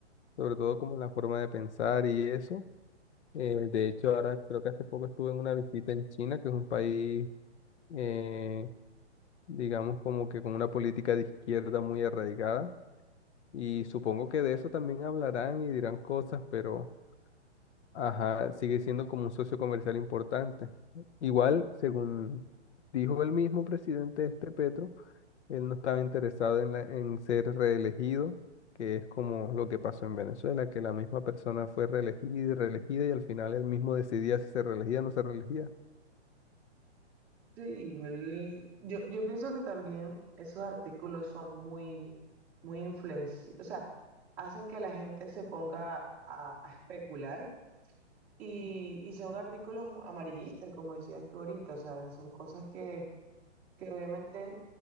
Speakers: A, on the left; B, in the centre.
A: sobre todo como en la forma de pensar y eso. Eh, de hecho, ahora creo que hace poco estuve en una visita en China, que es un país, eh, digamos, como que con una política de izquierda muy arraigada. Y supongo que de eso también hablarán y dirán cosas, pero... Ajá, sigue siendo como un socio comercial importante. Igual, según dijo el mismo presidente este Petro, él no estaba interesado en, la- en ser reelegido, que es como lo que pasó en Venezuela, que la misma persona fue reelegida y reelegida y al final él mismo decidía si se reelegía o no se reelegía.
B: Sí, igual, yo, yo pienso que también esos artículos son muy, muy influenciados, o sea, hacen que la gente se ponga a, a especular y, y son artículos amarillistas, como decías tú ahorita, o sea, son cosas que, que obviamente